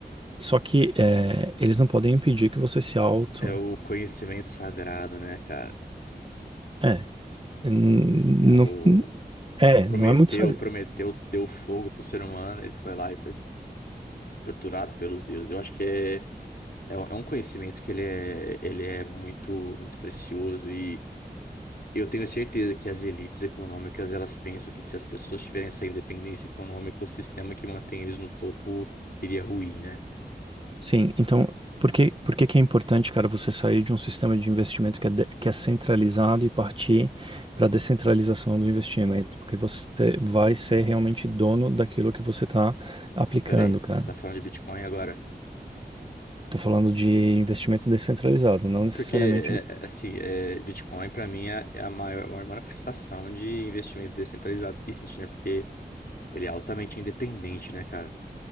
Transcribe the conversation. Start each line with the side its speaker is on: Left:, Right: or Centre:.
Right: Só que é, eles não podem impedir que você se auto.
Left: É o conhecimento sagrado, né, cara?
Right: É, n-
Left: É o
Right: não, é,
Left: o Prometeu,
Right: não é muito sábio.
Left: Prometeu deu fogo pro ser humano, ele foi lá e foi torturado pelos deuses. Eu acho que é, é, um é um conhecimento que ele é, ele é muito, muito precioso e eu tenho certeza que as elites econômicas, elas pensam que se as pessoas tiverem essa independência econômica, o sistema que mantém eles no topo iria ruir, né?
Right: Sim, então, por que, por que que é importante, cara, você sair de um sistema de investimento que é, de- que é centralizado e partir para a descentralização do investimento? Porque você vai ser realmente dono daquilo que você está aplicando,
Left: Pô, peraí,
Right: cara.
Left: você tá falando de Bitcoin agora?
Right: Tô falando de investimento descentralizado, não necessariamente
Left: Porque, é, é, assim, é, Bitcoin pra mim é, é a maior, maior manifestação de investimento descentralizado que existe, né? Porque ele é altamente independente, né, cara?